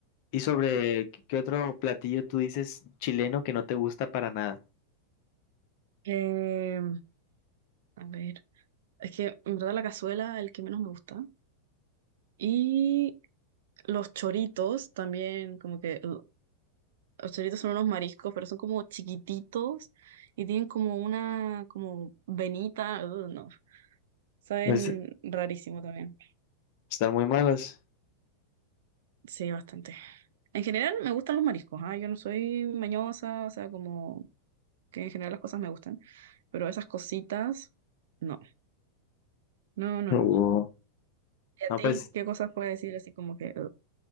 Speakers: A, on the left; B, on the right.
A: ¿Y sobre qué qué otro platillo tú dices chileno que no te gusta para nada?
B: Eh, a ver. Es que en verdad la cazuela es el que menos me gusta. Y los choritos también, como que. hasta ahorita son unos mariscos, pero son como chiquititos y tienen como una como venita, uh, no, saben
A: Pues
B: rarísimo también.
A: están muy malas
B: Sí, bastante. En general me gustan los mariscos, ah, Yo no soy mañosa, o sea, como que en general las cosas me gustan, pero esas cositas, no, no, no,
A: Uh,
B: no. ¿Y a
A: No,
B: ti
A: pues
B: qué cosas puedes decir así como que uh,